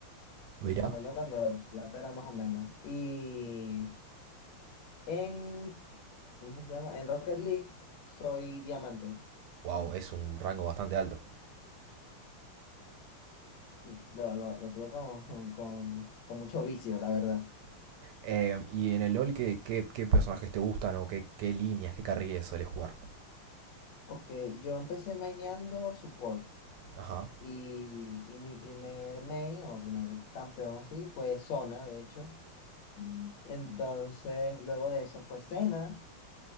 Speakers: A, on the right; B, on the left.
A: Mirá.
B: En su momento cuando plata era más o menos. Y en, ¿cómo que se llama? En Rocket League soy diamante.
A: Wow, es un rango bastante alto.
B: Sí, lo, lo, lo tuve con, <laughs> con, con mucho vicio, la verdad.
A: Eh, y en el LOL, ¿qué, qué, qué personajes te gustan o qué, qué líneas, qué carriles sueles jugar?
B: Ok, yo empecé maineando support.
A: Ajá.
B: Y, y mi primer main o primer campeón así fue Zona, de hecho. Mm. Entonces, luego de eso fue Senna.